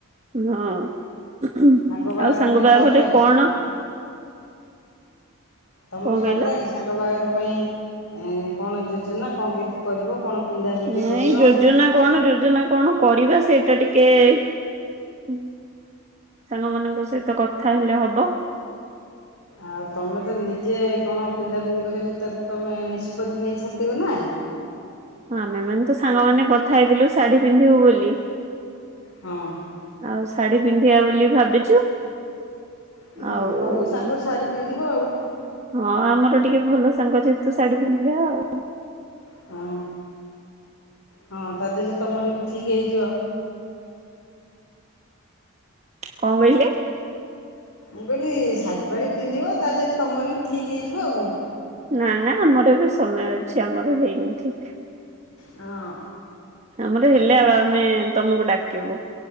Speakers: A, on the right; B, on the left.
A: ହଁ ଆଉ
B: ସାଙ୍ଗ ବାହାଘର
A: ସାଙ୍ଗ
B: ପାଇଁ
A: ବାହାଘରେ
B: ସରିଲାଣି
A: କଣ
B: ତମର
A: କଣ
B: ସରିଲାଣି
A: କହିଲ?
B: ସାଙ୍ଗ ବାହାଘର ପାଇଁ କଣ ଯୋଜନା କଣ କେମିତି କରିବ କଣ ପିନ୍ଧାପିନ୍ଧି
A: ନାଇଁ
B: କରିବ
A: ଯୋଜନା କଣ ଯୋଜନା କଣ କରିବା ସେଇଟା ଟିକିଏ ହୁଁ ସାଙ୍ଗ ମାନଙ୍କ ସହିତ କଥା ହେଲେ ହବ।
B: ଆଉ ତମେ ତ ନିଜେ କଣ ପିନ୍ଧା ପିନ୍ଧି କରିବ ସେଇଟା ତମେ ନିଷ୍ପତ୍ତି ନେଇସାରିଥିବନା।
A: ହଁ ଆମେମାନେ ତ ସାଙ୍ଗମାନେ କଥା ହେଇଥିଲୁ ଶାଢୀ ପିନ୍ଧିବୁ ବୋଲି।
B: ହଁ।
A: ଆଉ ଶାଢ଼ୀ ପିନ୍ଧିବା ବୋଲି ଭାବିଛୁ।
B: ହୁଁ
A: ଆଉ
B: ଭଲ ସାଙ୍ଗ ଶାଢ଼ୀ ପିନ୍ଧିବୁ ଆଉ
A: ହଁ ଆମର ଟିକିଏ ଭଲ ସାଙ୍ଗ ଯେହେତୁ ଶାଢୀ ପିନ୍ଧିଆ ଆଉ
B: ହଁ ହଁ ତା ଦେହରେ ତମର ବି ଠିକି ହେଇଯିବ।
A: କଣ କହିଲେ?
B: ମୁଁ କହିଲି ଶାଢ଼ୀଫାଢୀପିନ୍ଧିବ ତା ଦେହରେ ତମର ବି ଠିକ୍ ହେଇଯିବ ଆଉ କଣ।
A: ନା ନା ଆମର ଏବେ ସମୟ ଅଛି ଆମର ହେଇନି। ଠିକ୍
B: କଣ। ହଁ।
A: ଆମର
B: ଆଉ
A: ହେଲେ
B: କଣ
A: ଆମେ ତମକୁ ଡାକିବୁ।